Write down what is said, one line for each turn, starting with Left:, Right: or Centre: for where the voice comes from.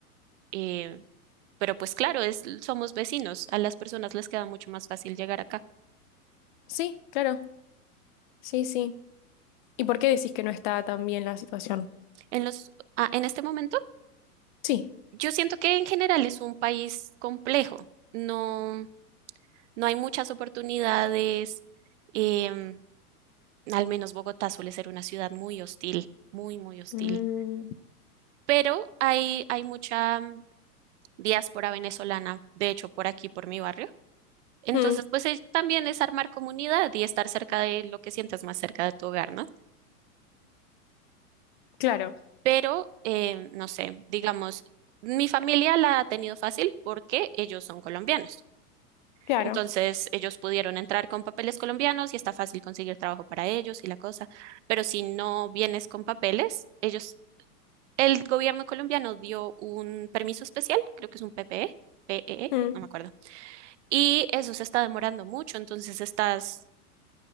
Right: eh, pero pues claro, es, somos vecinos, a las personas les queda mucho más fácil llegar acá.
Left: Sí, claro. Sí, sí. ¿Y por qué decís que no está tan bien la situación?
Right: En los, ah, en este momento,
Left: Sí.
Right: yo siento que en general es un país complejo, no, no hay muchas oportunidades, em, al menos Bogotá suele ser una ciudad muy hostil, muy, muy hostil.
Left: Mm,
Right: pero hay, hay mucha mm, diáspora venezolana, de hecho, por aquí, por mi barrio. Entonces,
Left: mm,
Right: pues es- también es armar comunidad y estar cerca de lo que sientas más cerca de tu hogar, ¿no?
Left: claro,
Right: Pero, eh, no sé, digamos, mi familia la ha tenido fácil porque ellos son colombianos.
Left: claro.
Right: Entonces, ellos pudieron entrar con papeles colombianos y está fácil conseguir trabajo para ellos y la cosa. Pero si no vienes con papeles, ellos, el gobierno colombiano dio un permiso especial, creo que es un PPE, PEE,
Left: Mm,
Right: no me acuerdo Y eso se está demorando mucho, entonces estás,